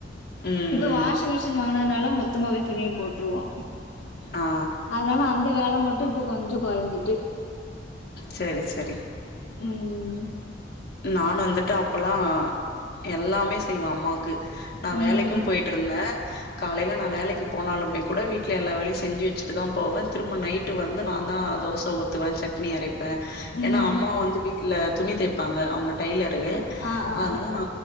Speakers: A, on the left (about 55°); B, on the left (about 80°).
A: ம்
B: இப்ப
A: ம்
B: வாஷிங் மிஷின் வாங்கினதுனால மொத்தமாவே துணியை போட்டுருவோ
A: ஆ ஆ
B: அதனால அந்த வேல மட்டு டு இப்ப கொஞ்சோ கொறைஞ்சிட்டு
A: செரி செரி
B: ம்
A: நானு வந்துட்டு அப்பல்லா எல்லாமே செய்வா அம்மா க்கு நா
B: ம்
A: வேலைக்கு போயிட்டு இருந்தே காலையில நா வேலைக்கி போனாலுமே கூட வீட்டில எல்லா வேலையு செஞ்சு வெச்சுட்டு தா போவே திரும்ப நைட்டு வந்து நா தா தோச ஊத்துவே சட்னி அரைப்பே
B: ம்
A: ஏன்னா அம்மா வந்து வீட்டல துணி தேப் பாங்க அவங்க டைலர்ரு
B: ஆ ஆ
A: அதனால நா